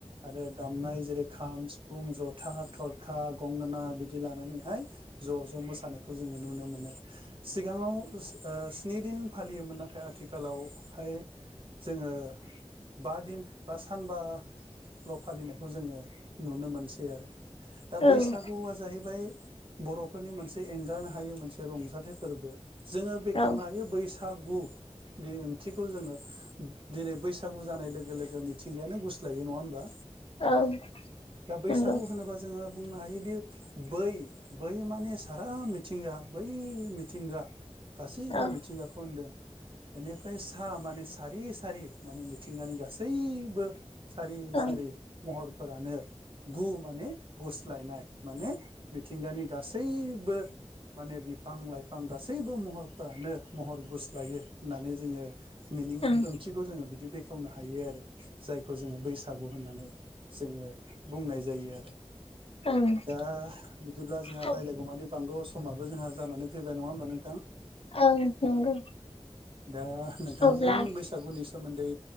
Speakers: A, on the right; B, on the left.
A: आरो दामनाय जेरै खाम, सिफुं जथा, थरखा, गंगोना बिदि लानानैहाय ज' ज' मोसानायखौ जोङो नुनो मोनो। सिगाङाव <unintelligible> स्नि दिन फालियोमोन नाथाय आथिखालाव हाय जोङो बा दिन बा सानबाल' फालिनायखौ जोङो नुनो मोनसै आरो दा
B: ओं
A: बैसागुआ जाहैबाय बर'फोरनि मोनसे एंगारनो हायो मोनसे रंजाथाइ फोरबो जोङो बेखेवनो
B: औ
A: हायो बैस थागु बे ओंथिखौ जोङो दिनै बैसागु जानाय लोगो लोगो मिथिंगायानो गुस्लायो नङा होमबा?
B: औ
A: दा बैसागु
B: नंगौ
A: होनोबा जोङो बुंनो हायोदि बै बै माने सारा मिथिंगा बै मिथिंगा गासैबो
B: औ
A: मिथिंगाखौ होनदों बेनिफ्राय सा माने सारि सारि माने मिथिंगानि गासैबो सारि
B: ओं
A: सारि महरफोरानो गु माने गुस्लायनाय माने मिथिंगानि गासैबो माने बिफां लाइफां गासैबो महरफोरानो महर गुस्लायो होननानै जोङो मिनिं
B: ओं
A: ओंथिखौ जोङो बिदि बेखेवनो हायो आरो जायखौ जोङो बैसागु होननानै जोङो बुंनाय जायो आरो।
B: ओं
A: दा बिदिब्ला जोंहा
B: ओं
A: रायलायगौ मानि बांगौ समाबो जोंहा जानानै फैबाय नङा ओमबा नों
B: ओं नंगौ
A: दा नोंथांजों
B: अब्ला
A: बैसागुनि स सोमोन्दै